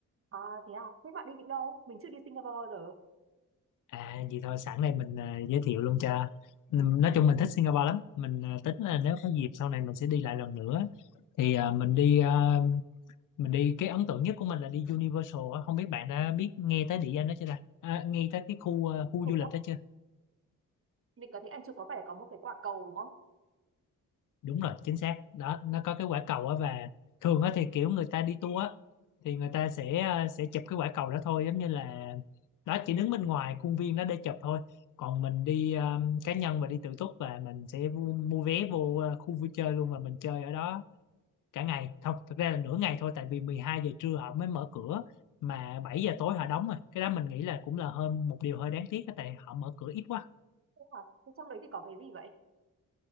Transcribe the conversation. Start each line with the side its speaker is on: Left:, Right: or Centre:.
Right: à thế à thế bạn đi những đâu mình chưa đi Singapore bao giờ
Left: à vậy thôi sẵn đây mình ờ, giới thiệu luôn cho Ừm, nói chung mình thích Singapore lắm mình ờ, tính là nếu có dịp sau này mình sẽ đi lại lần nữa thì ờ, mình đi ờ, mình đi cái ấn tượng nhất của mình là đi Universal á không biết bạn đã biết nghe tới địa danh đó chưa ta à, nghe tới cái khu ờ, khu
Right: Ủa,
Left: du lịch đó chưa
Right: mình có thấy anh chụp có phải có một cái quả cầu đúng không
Left: đúng rồi chính xác đó nó có cái quả cầu á và thường á thì kiểu người ta đi tour á thì người ta sẽ ờ, sẽ chụp cái quả cầu đó thôi giống như là đó chỉ đứng bên ngoài khuôn viên đó để chụp thôi còn mình đi ờ, cá nhân và đi tự túc và mình sẽ vu- mua vé vô ờ, khu vui chơi luôn và mình chơi ở đó cả ngày không thực ra là nửa ngày thôi tại vì 12 giờ trưa họ mới mở cửa mà 7 giờ tối họ đóng rồi cái đó mình nghĩ là cũng là hơn một điều hơi đáng tiếc á, tại họ mở cửa ít quá
Right: thế à thế trong đấy thì có cái gì vậy